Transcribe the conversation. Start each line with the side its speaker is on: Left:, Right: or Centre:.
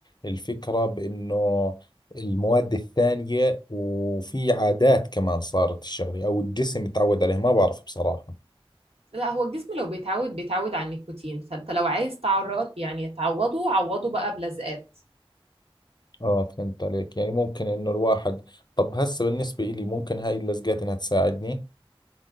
Left: الفكرة بانه المواد الثانية وفي عادات كمان صارت الشغلة او الجسم يتعود عليها ما بعرف بصراحة
Right: لا هو الجسم لو بيتعود بيتعود على النيكوتين فأنت لو عايز تعرض يعني تعوضه عوضه بقى بلزقات
Left: اه فهمت عليك يعني ممكن انه الواحد طب هسه بالنسبة إلي ممكن هاي اللزقات انها تساعدني